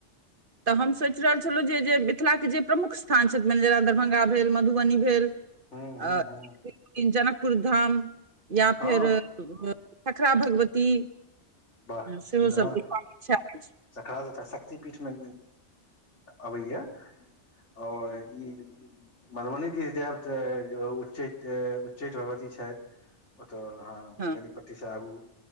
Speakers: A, on the right; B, on the left.
A: तऽ हम सोचि रहल जे मिथिला के जे प्रमुख स्थान छथिने जेना दरभंगा भेल मधुबनी भेल
B: हूँ हूँ
A: अ
B: हूँ
A: एक तन जना पुर धाम। या
B: हँ
A: फेर खखरा भगवती।
B: बाह
A: सेहो
B: सुन्दर
A: सब
B: हँ।
A: देखबाक इच्छा अछि
B: खासथ शक्तिपीठमे अबैय आओर ई मधुबनी दिश जायब तऽ उच्चै उच्चैठ भगवती छथि। तऽ अहाँ
A: हँ
B: बेनीपट्टी से आगू।